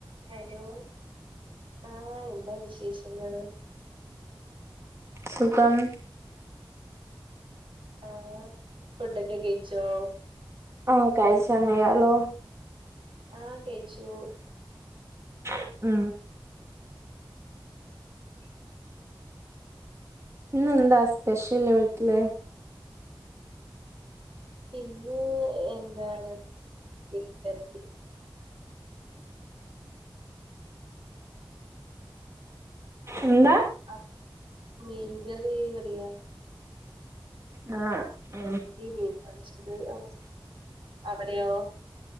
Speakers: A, on the right (about 80°); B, on the right (about 30°).
A: ഹലോ ആഹ് എന്താ വിശേഷങ്ങൾ
B: സുഖം
A: ആഹ ഫുഡൊക്കെ കഴിച്ചോ
B: ആഹ കഴിച്ചന്നിയാലോ
A: ആഹ കേയിച്ചു
B: ആഹ
A: ഉ
B: ഇന്നെന്താ സ്പെഷ്യല് വീട്ടില്
A: ഇന്ന് എന്താണ് <unintelligible>
B: എന്താ
A: ആ മീൻകറി പറയ
B: ആഹ ഉ
A: മീൻ പൊരിച്ചത് ആ, അവിടെയോ